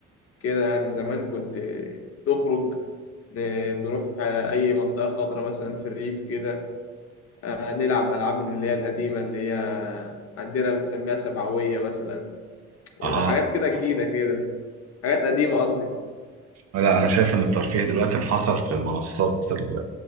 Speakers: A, on the left (about 55°); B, on the right (about 55°).
A: كده يعني زمان كنت تخرج ن- نروح اي منطقه خضراء مثلا في الريف كده آه، نلعب العاب من اللي هي القديمه اللي هي عندنا بنسميها سبعويه مثلا وحاجات
B: اه
A: كده جديده كده حاجات قديمه قصدي
B: آه، لا انا شايف ان الترفيه دلوقتي انحصر في المنصات ال-